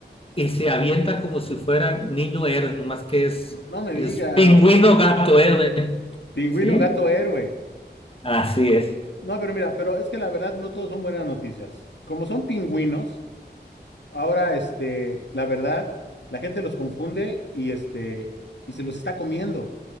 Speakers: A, on the left; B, on the left.
A: y se avienta como si fuera niño héroe, nomás que es,
B: No me
A: es
B: digas.
A: pingüino gato héroe,
B: Pingüino
A: ¿sí?
B: gato héroe.
A: Así es.
B: No, pero mira, pero es que la verdad no todos son buenas noticias. Como son pingüinos, ahora, este, la verdad, la gente los confunde y este, y se los está comiendo.